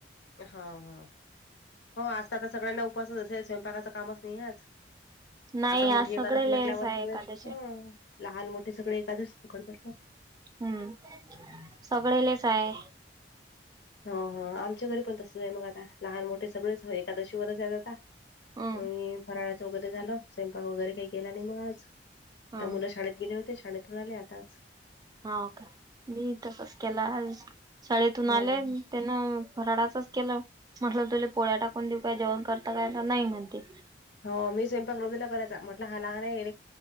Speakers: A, on the left (about 70°); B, on the right (about 20°).
A: हा हा, हो आज तर आता सगळ्यांना उपवासच असेल स्वयंपाकाचं कामच नाहीये आज.
B: नाही
A: आता
B: आज
A: मोठी एखादस
B: सगळे
A: म्हटल्यावर
B: लेस आहे
A: सगळेच
B: एकादशी
A: हम्. लहान मोठे सगळे एकादस पकडतात ना.
B: हम्म, सगळेलेच आय.
A: हा हा आमच्या घरी पण तसंच आय मग आता लहान मोठे सगळेच एकादशी वरच येताता.
B: हम्म
A: आणि फराळाचं वगैरे झालं स्वयंपाक वगैरे काय केला नाय मग आज. आता
B: हम
A: मुलं शाळेत गेले होते शाळेतून आले आताच.
B: हाव काय, मी ही तसच केला आज शाळेतून
A: हां,
B: आले
A: हां.
B: त्यान फराळाचच केलं म्हटलं तुला पोळ्या टाकून देऊ काय जेवण करत काय तर नाय म्हणते.
A: हो मी स्वयंपाक <unintelligible> करायचा म्हटलं हा लहान आय